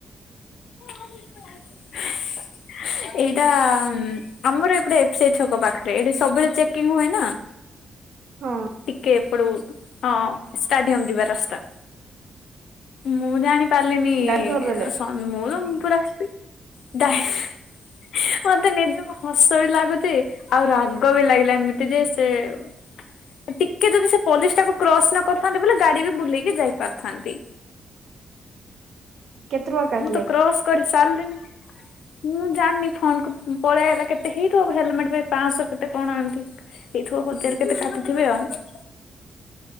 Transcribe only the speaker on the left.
<inaudible> ଏଇଟା ଆମର ଏପଟେ ଏ ଫ୍ ସି ଆ ଇ ଛକ ପାଖରେ ଏଠି ସବୁବେଳେ ଚେକିଂ ହୁଏ ନା।
ଟିକେ ଏପଟୁ ହଁ ଷ୍ଟାଡିୟମ୍ ଯିବା ରାସ୍ତା ମୁଁ ଜାଣି ପାରିଲିନି ସ
ସଅଁ ମୁଁ ତ ପୁରା ଚିପିନି ଡାଇସ୍ ମତେ ନିଜୁକୁ ହସ ବି ଲାଗୁଚି, ଆଉ ରାଗ ବି ଲାଗିଲାଣି ମତେ ଯେ ସେ ତେ ଉଁ। ଟିକେ ଯଦି ସେ ପଲିସ ଟାକୁ କ୍ରସ ନ କରିଥାନ୍ତି ବୋଲେ ଗାଡିରେ ବି ବୁଲେଇକି ଯାଇ ପାରିଥାନ୍ତି।
ମୁଁ ତ କ୍ରସ କରି ସାରିଲିନି। ମୁଁ ଜାଣିନି ଫୋନ କୁ ପଳେଇ ଆଇଲା କେତେ ହେଇଥିବ ହେଲମେଟ ପାଇଁ ପାଶହ କେତେ କଣ ଏମିତି। ହେଇଥିବ ହଜାରେ କେତେ କାଟିଥିବେ ଆଉ।